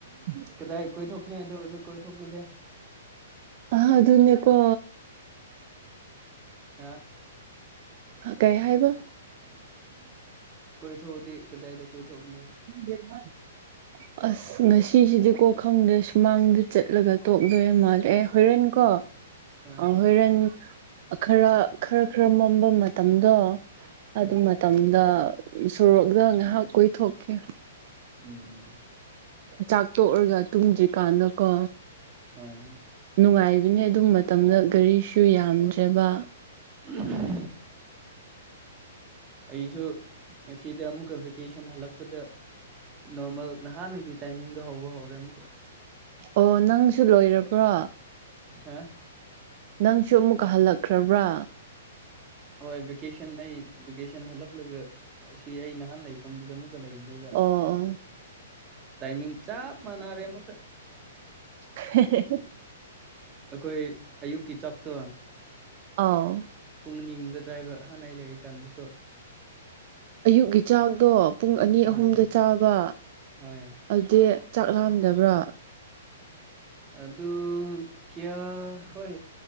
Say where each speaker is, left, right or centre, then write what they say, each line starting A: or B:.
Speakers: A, on the right; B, on the right.
A: <unintelligible>
B: ꯀꯗꯥꯏ ꯀꯣꯏꯊꯣꯛꯅꯤ ꯑꯗꯨ ꯍꯧꯖꯤꯛ ꯀꯣꯏꯊꯣꯛꯅꯗꯦ
A: ꯑ ꯑꯗꯨꯅꯤ ꯄꯣ
B: ꯀ
A: ꯀꯩ ꯍꯥꯏꯕ
B: ꯀꯣꯏ ꯊꯣꯛꯎꯗꯤ ꯀꯗꯥꯏꯗ ꯀꯣꯏ ꯊꯣꯛꯎꯅꯦ
A: ꯌꯦꯔꯃ ꯑꯁ ꯉꯁꯤꯁꯤꯗꯤꯀꯣ ꯈꯪꯗ ꯁꯨꯃꯥꯡꯗ ꯆꯠꯂꯒ ꯇꯣꯛꯂꯣꯏꯔ ꯃꯥꯜꯂꯦ ꯑꯦ ꯍꯣꯔꯦꯟ ꯀꯣ
B: ꯍꯣꯏ
A: ꯍꯣꯏꯣꯔꯦꯟ ꯈꯔ ꯈꯔ ꯈꯔ ꯃꯝꯕ ꯃꯇꯝꯗꯣ ꯑꯗꯨ
B: ꯍꯣꯏ
A: ꯃꯇꯝꯗ ꯁꯣꯔꯣꯛꯗ ꯉꯥꯏꯍꯥꯛ ꯀꯨꯏꯊꯣꯛꯀꯦ
B: ꯎꯝ
A: ꯆꯥꯛ ꯇꯣꯛꯔꯒ ꯇꯨꯝꯗ꯭ꯔꯤꯀꯥꯟꯗꯀꯣ
B: ꯍꯣꯏ ꯍꯣꯏ
A: ꯅꯨꯡꯉꯥꯏꯕꯅꯦ ꯑꯗꯨ ꯃꯇꯝꯗ ꯒꯥꯔꯤꯁꯨ ꯌꯥꯝꯗ꯭ꯔꯕ
B: ꯎꯝ ꯑꯩꯁꯨ ꯉꯁꯤꯗ ꯑꯃꯨꯛꯀ ꯚꯦꯀꯦꯁꯟ ꯍꯜꯂꯛꯄꯗ ꯅꯣꯔꯃꯦꯜ ꯅꯍꯥꯟꯅꯒꯤ ꯇꯥꯏꯃꯤꯡꯗꯣ ꯍꯧꯕ ꯍꯧꯔꯦ ꯑꯃꯨꯛꯀ
A: ꯑꯣ ꯅꯪꯁꯨ ꯂꯣꯏꯔꯕ꯭ꯔꯣ
B: ꯍ
A: ꯅꯪꯁꯨ ꯑꯃꯨꯛꯀ ꯍꯜꯂꯛꯈ꯭ꯔꯕ꯭ꯔꯥ
B: ꯍꯣꯏ ꯚꯦꯀꯦꯁꯟ ꯑꯩ ꯚꯦꯀꯦꯁꯟ ꯍꯜꯂꯛꯂꯒ ꯑꯁꯤ ꯑꯩ ꯅꯍꯥꯟ ꯂꯩꯐꯝꯗꯨꯗ ꯑꯃꯨꯛ ꯂꯩꯕꯅꯦꯕ
A: ꯑꯣ ꯑꯣ
B: ꯇꯥꯏꯃꯤꯡ ꯆꯞ ꯃꯥꯟꯅꯔꯦ ꯑꯃꯨꯛꯀ
A: <unintelligible>
B: ꯑꯩꯈꯣꯏ ꯑꯌꯨꯛꯀꯤ ꯆꯥꯛꯇꯣ
A: ꯑꯥꯎ
B: ꯄꯨꯡ ꯑꯅꯤꯒꯨꯝꯗ ꯆꯥꯏꯕ ꯍꯥꯟꯅ ꯂꯩꯔꯤꯀꯥꯟꯗꯁꯨ
A: ꯑꯌꯨꯛꯀꯤ ꯆꯥꯛꯗꯣ ꯄꯨꯡ ꯑꯅꯤ
B: ꯍꯣꯏ
A: ꯑꯍꯨꯝꯗ ꯆꯥꯕ
B: ꯍꯣꯏ
A: ꯑꯗꯨꯗꯤ ꯆꯥꯛ ꯂꯥꯛꯝꯗꯕ꯭ꯔꯣ
B: ꯑꯗꯨ ꯀꯌꯥ ꯍꯣꯏ